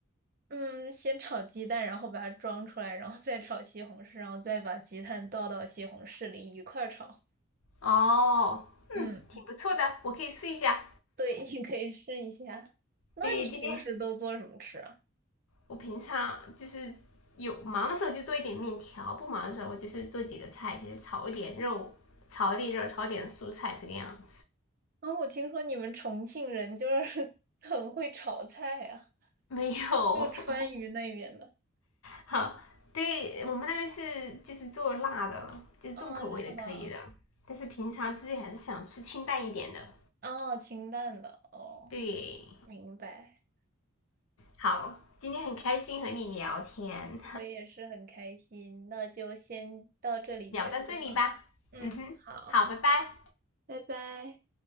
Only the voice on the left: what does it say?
哦，嗯，
挺不错的，我可以试一下。
对，今天我平常就是有忙的时候就做一点面条，不忙的时候我就是做几个菜，就是炒一点肉，炒一点肉，炒一点蔬菜这个样子。
没有，
<laughs> 好，对我们那边是就是做辣的，就是重口味的可以的，
但是平常自己还是想吃清淡一点的。
对，
好，今天很开心和你聊天，
<laughs> 聊到这里吧。
嗯哼，
好，拜拜。